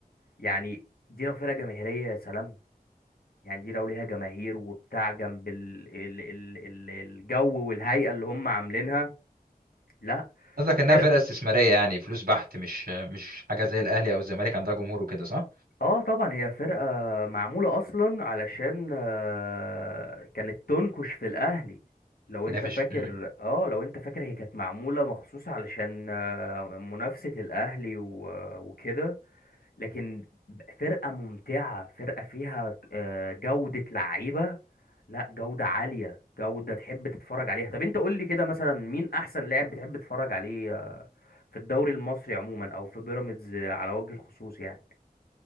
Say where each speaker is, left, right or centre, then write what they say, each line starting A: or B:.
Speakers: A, on the left (about 70°); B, on the right (about 80°).
A: يعني دي لو فرقه جماهيريه يا سلام يعني دي لو ليها جماهير وبتاع جنب ال... ال... ال... ال... الجو والهيئه اللي هم عاملينها لا
B: قصدك إنها
A: فرقه
B: فرقة استثمارية يعني فلوس بحت مش مش حاجة زي الأهلي أو الزمالك عندها جمهور وكده صح
A: اه طبعا هي فرقه معموله اصلا علشان آه، كانت تنكش في الاهلي لو
B: تنافس
A: انت فاكر
B: مم.
A: اه لو انت فاكر هي كانت معموله مخصوص علشان آه، منافسه الاهلي و... وكده لكن فرقة ممتعة فرقة فيها آه، جودة لعيبة لا جودة عالية جودة تحب تتفرج عليها طب انت قول لي كده مثلا مين احسن لاعب بتحب تتفرج عليه آه، في الدوري المصري عموما او في بيراميدز آه، على وجه الخصوص يعني